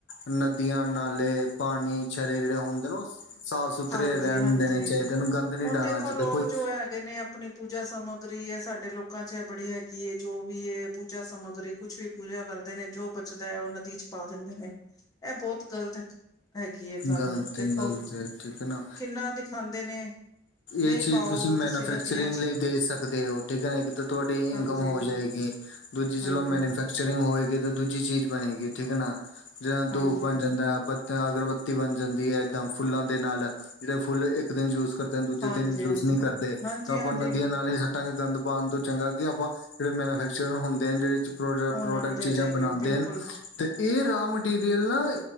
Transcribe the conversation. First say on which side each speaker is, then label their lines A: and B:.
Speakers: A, on the left (about 65°); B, on the left (about 20°).
A: ਨਦੀਆਂ ਨਾਲੇ ਪਾਨੀ ਛਰੇ ਜਿੜੇ ਹੁੰਦੇ ਨੇ ਓਸ ਸਾਫ਼ ਸੁਥਰੇ
B: ਹਾਂਜੀ
A: ਰੈਨ
B: ਹਾਂਜੀ
A: ਦੇਣੇ ਚਾਈਦੇ ਓਨੋ ਗੰਦ ਨੀ
B: ਹੁਣ
A: ਡਾਲਣਾ
B: ਦੇਖੋ
A: ਚਾਈਦਾ
B: ਲੋਕ
A: ਕੋਈ
B: ਜੋ ਹੈਗੇ ਨੇ ਆਪਣੀ ਪੂਜਾ ਸਮੱਗਰੀ ਏ ਸਾਡੇ ਲੋਕਾਂ ਚ ਬੜੀ ਹੈਗੀ ਏ ਜੋ ਵੀ ਏ ਪੂਜਾ ਸਮੱਗਰੀ ਕੁਛ ਵੀ ਪੂਜਾ ਕਰਦੇ ਨੇ ਜੋ ਬਚਦਾ ਐ ਓ ਨਦੀ ਚ ਪਾ ਦਿੰਦੇ ਨੇ। ਐ ਬੋਤ ਗਲਤ, ਹੈਗੀ ਏ ਗੱਲ
A: ਗਲਤ
B: ਦੇਖੋ।
A: ਗਲਤ ਠੀਕ ਐ ਨਾ
B: ਕਿੰਨਾ ਦਿਖਾਦੇ ਨੇ ਨਹੀਂ
A: ਏ ਚੀਜ਼
B: ਪਾਓ
A: ਤੁਸੀਂ ਮੈਨੂਫੈਕਚਰਿੰਗ
B: ਨਦੀਆਂ ਚ
A: ਲਈ ਦੇ ਸਕਦੇ ਓ ਠੀਕ ਏ ਨਾ ਏਕ ਤਾਂ ਤੁਆਡੀ ਇਨਕਮ
B: ਹਾਂਜੀ
A: ਹੋ ਜਾਏਗੀ। ਦੂਜੀ ਚਲੋ
B: ਹਾਂਜੀ
A: ਮੈਨੂਫੈਕਚਰਿੰਗ ਹੋਏਗੀ ਤਾਂ ਦੂਜੀ ਚੀਜ਼ ਬਣੇਗੀ ਠੀਕ ਏ ਨਾ ਜਾ
B: ਹਾਂਜੀ
A: ਦੋ <unintelligible> ਬਤ ਅਗਰਬੱਤੀ ਬਣ ਜਾਂਦੀ ਐ ਏਦਾਂ ਫੁੱਲਾਂ ਦੇ ਨਾਲ ਜਿੜੇ ਫੁੱਲ ਏਕ ਦਿਨ ਯੂਜ ਕਰਦੇ ਨੇ ਦੂਜੇ
B: ਹਾਂਜੀ
A: ਦਿਨ ਯੂਜ
B: ਹਾਂਜੀ
A: ਨੀ ਕਰਦੇ
B: ਹਾਂਜੀ
A: ਤਾਂ ਆਪਾਂ
B: ਹਾਂਜੀ
A: ਨਦੀਆਂ ਨਾਲੇ ਹਟਾ ਗਏ ਗੰਦ ਪਾਨ ਤੋਂ ਚੰਗਾ ਕਿ ਆਪਾਂ ਜਿੜੇ ਮੈਨੂਫੈਕਚਰ ਹੁੰਦੇ ਆ ਜਿਹੜੇ ਪ੍ਰੋਡਕਟ-ਪ੍ਰੋਡਕਟ
B: ਉਹਨਾਂ ਨੂੰ ਦੇ
A: ਚੀਜ਼ਾਂ
B: ਦੇਈਏ
A: ਬਣਾ
B: ਬਿਲਕੁਲ
A: ਦੇਣ ਤੇ ਏ ਰਆ ਮੈਟੀਰੀਅਲ ਨਾ